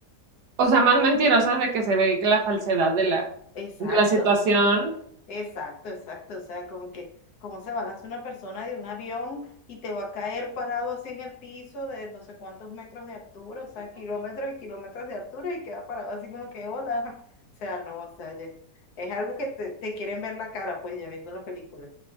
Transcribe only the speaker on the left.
Exacto.
Exacto, exacto. O sea, como que, ¿cómo se balanza una persona de un avión y te va a caer parado así en el piso de no sé cuántos metros de altura, o sea, kilómetros y kilómetros de altura y queda parado así como que, hola. <laughs> O sea, no, o sea, ya- es algo que te, te quieren ver la cara, pues ya viendo la película.